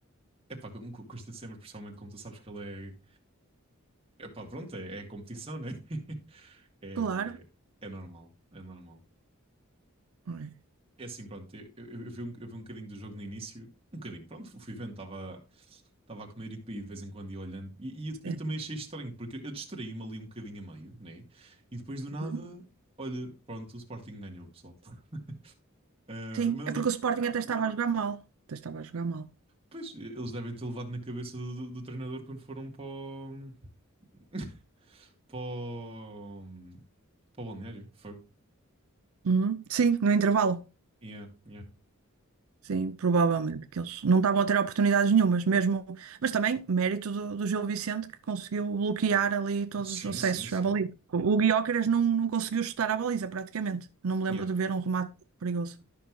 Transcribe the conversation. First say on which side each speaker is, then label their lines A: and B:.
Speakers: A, on the right (about 25°); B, on the right (about 80°).
A: Epá, cu- cu- custa sempre, principalmente como tu sabes que ele é... Epá, pronto, é, é competição, né? <laughs> É,
B: claro.
A: é normal, é normal.
B: Não é?
A: É assim, pronto, eu, eu- eu vi um, eu vi um bocadinho do jogo no início, um bocadinho, pronto, fui vendo, estava estava a comer e depois de vez em quando ia olhando, e, e eu,
B: Sim.
A: eu também achei estranho, porque eu distraí-me ali um bocadinho a meio, né? E depois do nada,
B: Uhum.
A: olha, pronto, o Sporting ganhou, pessoal. <laughs> Eh,
B: Sim,
A: mas,
B: é porque
A: eh,
B: o Sporting até estava a jogar mal, até estava a jogar mal.
A: pois, eles devem ter levado na cabeça do, do- do treinador quando foram para o, <laughs> para o, para o balneário, foi.
B: Uhum. Sim, no intervalo.
A: Yeah, yeah.
B: Sim, provavelmente, que eles não estavam a ter oportunidades nenhumas, mesmo, mas também mérito do, do Gil Vicente que conseguiu bloquear ali todos
A: Sim,
B: os acessos
A: sim, sim.
B: à baliza. O o Guiócaras não, não conseguiu chutar à baliza praticamente. Não me lembro
A: Yeah.
B: de ver um remate perigoso.